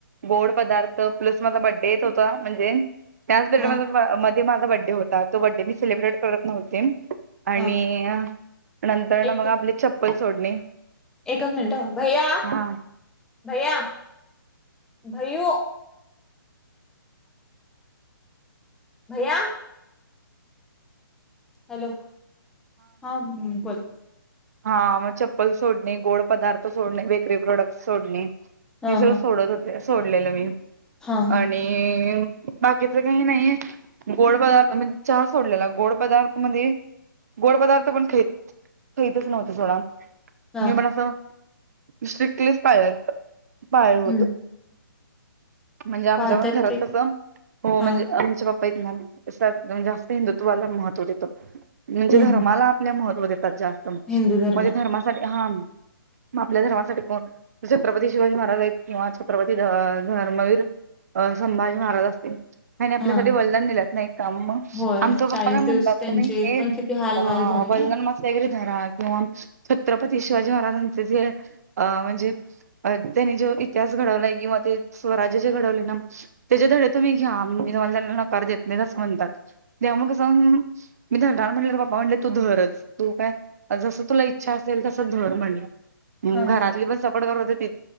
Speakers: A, on the right (about 45°); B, in the centre.
A: गोड पदार्थ प्लस माझा बड्डे येत होता म्हणजे त्याच पिरियड
B: हा
A: म मध्ये माझा बड्डे होता तो बड्डे मी सेलिब्रेट करत नव्हते. आणि
B: हा.
A: नंतर
B: एक
A: न मग आपले चप्पल सोडणे
B: एकच मिनटं हा भैया
A: हा.
B: भैया भैयू. भैया हॅलो हा उम्म बोल.
A: हा मग चप्पल सोडणे, गोड पदार्थ सोडणे, बेकरी प्रोडक्ट्स सोडणे
B: हा
A: हे सगळं
B: हा
A: सोडत होते सोडलेलं मी
B: हा हा
A: आणि हे व बाकीच काही नाहीये. गोड पदार्थ मण चहा सोडलेला गोड पदार्थ मध्ये गोड पदार्थ पण खाईत खाईतच नव्हतो सोडा
B: हा
A: मी पण असं स्ट्रिक्टलीचं पाळलेलं. पाळले होतं.
B: हम्म
A: म्हणजे आमच्या
B: पाहतात
A: पण घरात
B: ते
A: कसं हो
B: हा
A: म्हणजे आमचे पप पा आहेत ना म श्रात जास्त हिंदुत्वाला महत्व देतात म्हणजे
B: हम्म
A: धर्माला
B: हम्म
A: लय महत्त्व देतात जास्त म्हणजे
B: हिंदू धर्मात
A: धर्मासाठी हाम. आपल्या धर्मासाठी कोण छत्रपती शिवाजी महाराज आहेत किंवा छत्रपती धर धर्मवीर अ संभाजी महाराज असतील. त्यानी आपल्यासाठी
B: हा
A: बलिदान दिल्यात नाहीत का मग
B: होय
A: आमचा
B: चाळीस
A: पप्पा काय म्हणतात
B: दिवस त्यांचे
A: तुम्ही हे
B: पण किती हाल
A: अ
B: हाल झाले
A: बलिदान
B: ना
A: मास <unintelligible> धरा किंवा छत्रपती शिवाजी महाराजांचे जे अ म्हणजे अ त्यांनी जो इतिहास घडवलाय किंवा ते स्वराज्य जे घडवलयं ना त्याचे धडे तुम्ही घ्या मी तुम्हाला त्यांना नकार देत नाहीत असं म्हणतात. त्यामुळं कसं हम्म मी धरणार म्हंटल्यावर पप्पा म्हटलेत तू धरच तू काय जसं तुला इ च्छा असेल तस धर म्हणले
B: हा
A: घरातली
B: हा
A: पण सपोर्ट करत होतीत.